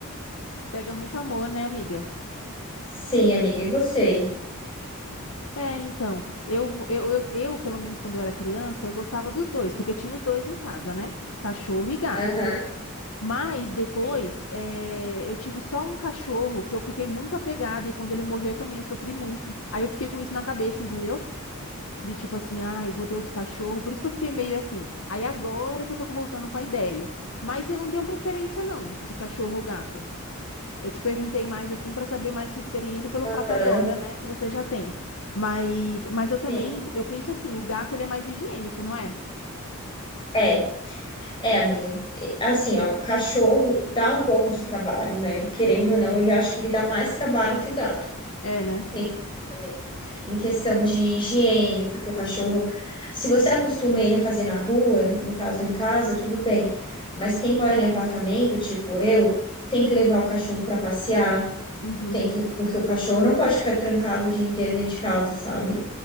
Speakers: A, on the left; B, on the left.
A: Pega muito amor, né, amiga?
B: Sim, amiga. E você?
A: É, então, eu, vou- eu, eu, eu, pelo menos quando eu era criança, eu gostava dos dois, porque tinha os dois em casa, né? Cachorro e gato.
B: Aham,
A: Mas depois,
B: sim.
A: eh, eu tive só um cachorro que eu fiquei muito apegada e quando ele morreu também eu sofri muito. Aí eu fiquei com isso na cabeça, entendeu? De tipo assim, ai, vou ter outro cachorro. Por isso que eu fiquei meio assim. Aí agora que eu tô voltando com a ideia. Mas eu não tenho preferência não de cachorro ou gato. Eu te perguntei mais assim pra saber mais sua experiência pelo fato
B: Aham,
A: agora, né, que você já tem. Mas, mas eu também,
B: sim.
A: eu penso assim, o gato ele é mais higiênico, não é?
B: É, é, amiga. E, Assim, ó, o cachorro dá um pouco de trabalho, né? Querendo ou não, ele acho que ele dá mais trabalho que o gato.
A: É, né?
B: Tem isso também. Em questão de higiene, porque o cachorro, se você acostuma ele a fazer na rua, no caso em casa, tudo bem. Mas quem mora em apartamento, tipo eu, tem que levar o cachorro para passear.
A: Uhum.
B: tem que, porque o cachorro não pode ficar trancado o dia inteiro dentro de casa, sabe?